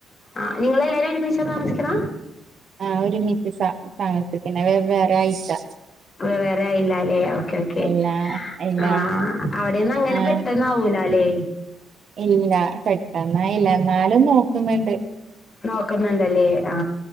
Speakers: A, on the left; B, on the right.
A: ആഹ് നിങ്ങളെല്ലാരും ഒരുമിച്ചാ താമസിക്കണ
B: ആഹ ഒരുമിറ്റ് സ വെവ്വേറായിട്ടാ
A: വേറെയില്ലല്ലേ, ഓക്കേ ഓക്കേ
B: ഇല്ല ഇല്ല
A: ആ അവിടെന്ന് അങ്ങനെ
B: ആഹ്
A: പെട്ടന്നാവൂല. ട്ടലേ
B: ഇല്ല പെട്ടെന്നായ്ല ന്നാലും നോ ക്ക്ന്ന്ണ്ട്
A: നോക്ക്ന്ന്ണ്ടല്ലേ ആ